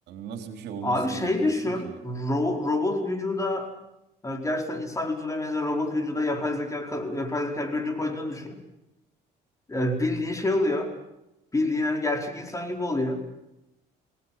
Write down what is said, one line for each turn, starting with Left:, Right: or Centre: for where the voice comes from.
Right: nasıl bir şey olmasını
Left: Abi şey
Right: bekliyorsun
Left: düşün.
Right: ki?
Left: ro- robot vücuda e, gerçekten insan vücuduna benzer robot vücuda yapay zeka ka- yapay zeka birini koyduğunu düşün. E, bildiğin şey oluyor. Bildiğin hani gerçek insan gibi oluyor.